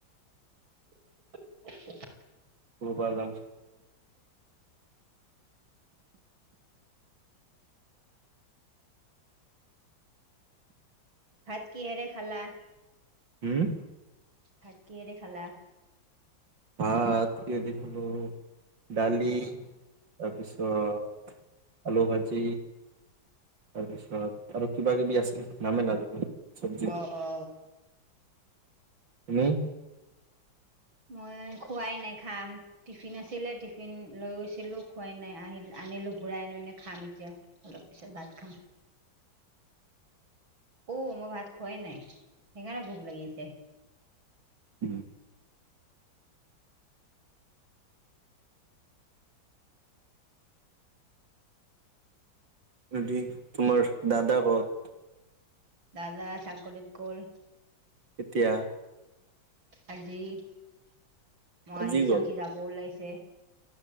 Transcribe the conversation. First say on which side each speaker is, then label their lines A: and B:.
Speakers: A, on the right; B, on the right.
A: <inaudible>
B: মুবা বা ভদাম।
A: ভাত কিহেৰে খালা?
B: উম।
A: ভাত কিহেৰে খালা?
B: ভাত কি দি খালো দালি তাপিছত আলু ভাজি তাৰপিছত আৰু কিবা - কিবি আছিল নামে নাজানো। চব্জিত
A: আ হাহা
B: তুমি?
A: মই খোৱাই নাই খাম। টিফিন আছিলে টিফিন লৈ গৈছিলো খোৱাই নাই আহ আনিলো ঘূৰাই আনি পিনে খাম এতিয়া। অলপ পিছত ভাত খাম। মই ভাত খোৱাই নাই সেইকাৰণে ভোক লাগি আছে।
B: উম <inaudible> যদি তোমাৰ দাদা ক'ত
A: দাদা চাকৰিত গ'ল
B: এতিয়া?
A: আজি মই
B: আজি
A: আহিছোঁ
B: গ'ল
A: আৰু সি যাব ওলাইছে।